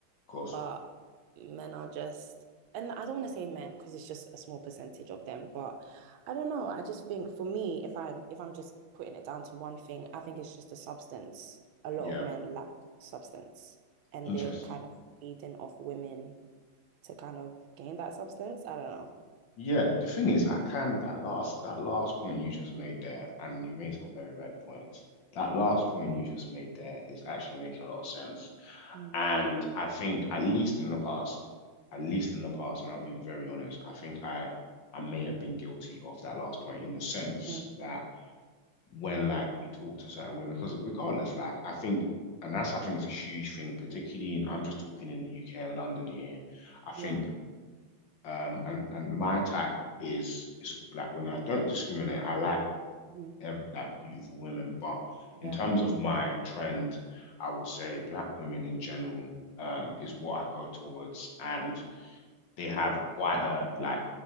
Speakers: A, on the left; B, on the right.
A: course.
B: but men are just, and I don't want to say men because it's just a small percentage of them, but I don't know. I just think for me, if I'm if I'm just putting it down to one thing, I think it's just a substance. A lot
A: Yeah,
B: of men lack substance, and
A: interesting.
B: they kind of feeding off women to kind of gain that substance. I don't
A: Yeah, the thing is, I can that last that last point you just made there, and you made some very valid points. That last point you just made there is actually making a lot of sense.
B: know.
A: And I think at least in the past, at least in the past, and I'll be very honest, I think I I may have been guilty of that last point in the sense
B: Mm-hmm.
A: that when like we talk to certain women because regardless like I think and that's I think it's a huge thing particularly in I'm just talking in the UK and London here I think
B: Yeah.
A: um and and my type is is sort of black women I don't discriminate I like
B: Mm-hmm.
A: every like beautiful women but
B: Yeah.
A: in terms of my trend I would say black women in general um is what I go towards and they have quite a like